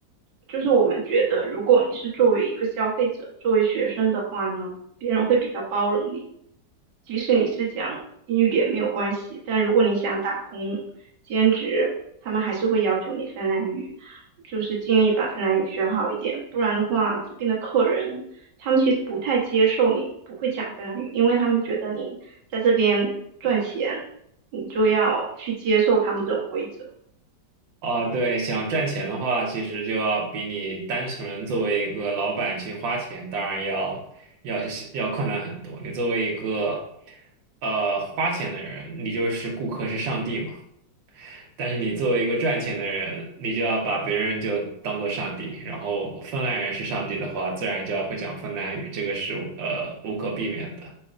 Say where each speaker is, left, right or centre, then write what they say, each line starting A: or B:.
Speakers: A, on the right; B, on the right.
A: 就是我们觉得，如果你是作为一个消费者，作为学生的话呢，别人会比较包容你，即使你是讲英语也没有关系，但如果你想打工、兼职，他们还是会要求你芬兰语，就是尽力把芬兰语学好一点，不然的话，这边的客人他们其实不太接受你不会讲芬兰语，因为他们觉得你在这边赚钱，你就要去接受他们这种规则。
B: 啊，对，想赚钱的话，其实就要比你单纯作为一个老板去花钱，当然要要要困难很多。你作为一个呃花钱的人，你就是顾客是上帝嘛。但是你作为一个赚钱的人，你就要把别人就当做上帝，然后芬兰人是上帝的话，自然就要会讲芬兰语，这个是呃无可避免的。